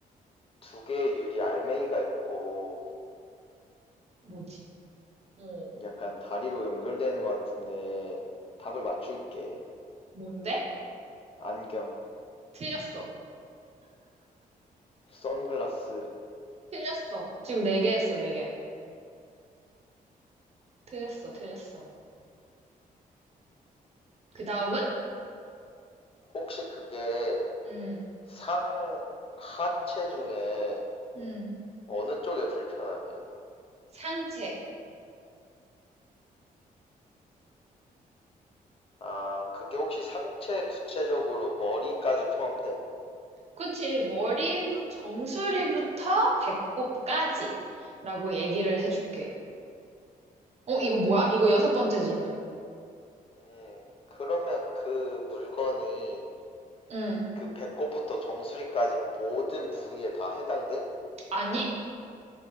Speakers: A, on the left; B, on the right.
A: 두 개의 유리 알맹이가 있고
B: 뭐지? 어,
A: 약간 다리로 연결되는 것 같은데 답을 맞출게.
B: 뭔데?
A: 안경,
B: 틀렸어.
A: 선글라스.
B: 틀렸어. 지금 네 개 했어, 네 개. 틀렸어, 틀렸어. 그 다음은?
A: 혹시 그게
B: 음,
A: 상하체 중에
B: 음,
A: 어느 쪽의 불편함이야?
B: 상체.
A: 아, 그게 혹시 상체 구체적으로 머리까지 포함돼?
B: 그치, 머리, 정수리부터 배꼽까지. 라고 얘기를 해줄게. 어, 이거 뭐야? 이거 여섯 번째 질문.
A: 음, 그러면 그 물건이
B: 응.
A: 그 배꼽부터 정수리까지 모든 부위에 다 해당돼?
B: 아니?